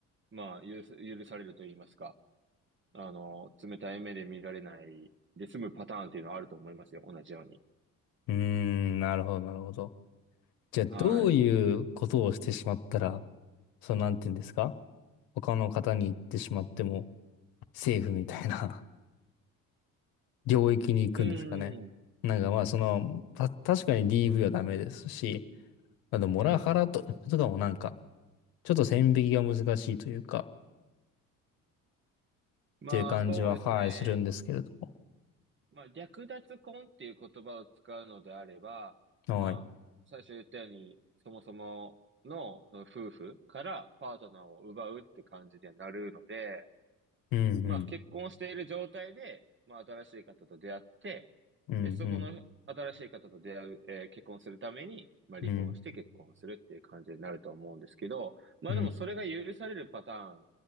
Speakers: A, on the right; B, on the left.
A: まあ、許す許されると言いますか。あの、冷たい目で見られないで済むパターンっていうのはあると思いますよ。同じように。
B: うーん。なるほど、なるほど。じゃあ、
A: はい。
B: どういうことをしてしまったら、その、なんていうんですか他の方に行ってしまっても、セーフみたいな <laughs> 領域に行くんですかね。
A: うん。
B: なんかまあ、その、た、確かに DV はダメですし、あと、モラハラと、
A: うん。
B: とかもなんか、ちょっと線引きが難しいというか、っていう感じは、
A: まあ、そうですね。
B: はい、するんですけれども。
A: まあ、略奪婚っていう言葉を使うのであれば、
B: はい。
A: まあ、最初言ったように、そもそもの、その夫婦からパートナーを奪うって感じにはなるので、
B: うんうん、
A: まあ、結婚している状態で、まあ、新しい方と出会って、
B: うんうん、
A: で、そこの新しい方と出会う、えー結婚するために、まあ、離婚して結婚するっていう感じになると思うんですけど、
B: うん、
A: まあ、
B: うん、
A: でもそれが許されるパターン